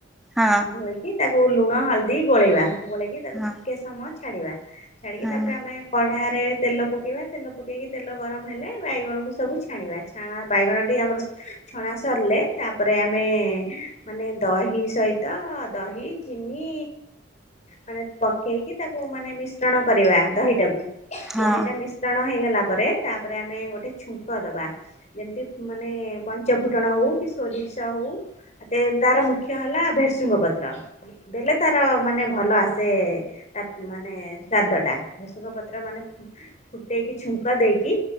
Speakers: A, in the centre; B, on the left (about 35°).
A: ହଁ
B: ଧୋଇକି ତାକୁ ଲୁଣ ହଳଦୀ ଗୋଳେଇବା ଗୋଳେଇକି ତାକୁ
A: ହଁ
B: ଟିକେ ସମୟ ଛାଡିବା। ଛାଡିକି
A: ହଁ
B: ତାପରେ ଆମେ କଢାରେ ତେଲ ପକେଇବା ତେଲ ପ ଟିକ ତେଲ ଗରମ ହେଲେ ବାଇଗଣକୁ ସବୁ ଛାଣିବା ଛାଣା ବାଇଗଣଟି ଆମର ଛଣା ସରିଲେ ତାପରେ ଆମେ ମାନେ ଦହି ସହିତ ଦହି ଚିନି ମାନେ ପକେଇକି ତାକୁ ମାନେ ମିଶ୍ରଣ କରିବା ଦହିଟାକୁ।
A: ହଁ
B: ଦହିଟା ମିଶ୍ରଣ ହେଇଗଲା ପରେ ତାପରେ ଆମେ ଗୋଟେ ଛୁଙ୍କ ଦବା।। ଯେମିତି ମାନେ ପଞ୍ଚ ଫୁଟଣ ହଉ କି ସୋରିଷ ହଉ <unintelligible> ତାର ମୁଖ୍ୟ ହେଲା ଭେସୁଙ୍ଗ ପତ୍ର। ପକେଇଲେ ତାର ମାନେ ଭଲ ଆସେ ତା ମାନେ ସ୍ୱାଦ ଟା। ଭେସୁଗାଁ ପତ୍ର ମାନେ ଫୁଟେଇକି ଛୁ ଙ୍କ ଦେଇକି